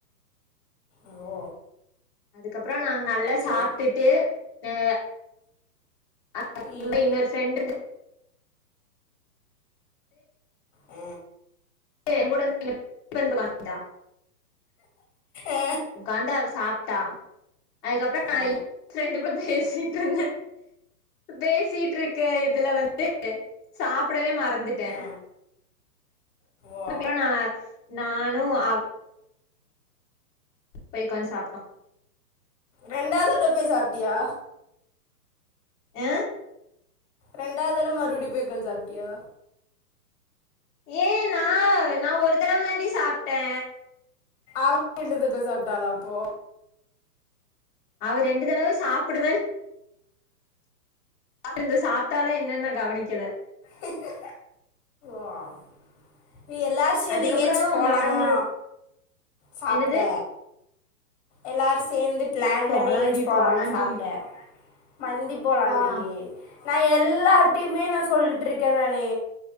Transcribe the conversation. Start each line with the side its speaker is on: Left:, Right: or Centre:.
Left: ஓ
Centre: அதுக்கப்பு ற நாங்க நல்லா
Left: சரி
Centre: சாப்டுட்டு எ <inaudible>
Left: ம்
Centre: இன்னொரு ஃப்ரெண்டு <inaudible>
Left: எ
Centre: என்கூட <inaudible> வந்தா
Left: ஆ
Centre: உக்காந்து அவ சாப் டா அதுக்கப்புற
Left: ஆ
Centre: <inaudible> ஃபிரண்டு கூட பேசிட்ருந்தே பேசிட்டு இருக்க இதுல வந்து சாப்பிடவே மாட் வந்துட்டே
Left: ஆ. ஓ
Centre: <unintelligible> நானு அவ <inaudible> போய் உக்காந் சாப்டோ
Left: ரெண்டாது தடவ போய் சாப்டியா
Centre: எ
Left: ரெண்டாது தடவ மறுடியு போய் உக்காந் சாப்டியா
Centre: ஏ நா நா ஒரு தடவ தாண்டி சாப்டே
Left: <inaudible> தடவ சாப்டாலா அப்போ
Centre: அவ ரெண்டு தடவ சாப்பிடுவேன் <inaudible> சாப்பிட்டால என்னன் நா கவனிக்கல
Left: ஹ ஹ ஓ <unintelligible> எல்லாரு சேந்து
Centre: அதுக்கப்றோ
Left: எங்கயாச்சு போலாமா
Centre: மறமல்
Left: சாப்பிட
Centre: என்னது
Left: எல்லார் சேந்து பிளான்
Centre: போலாண்டி
Left: பண்ணி எங்கயாச்சு போலாமா
Centre: போலாண்டி
Left: சாப்பிட மந்தி போலாண்டி
Centre: போலாம்
Left: நா எ ல்லார்டைமே நா சொல்ட்ருக்கே நானே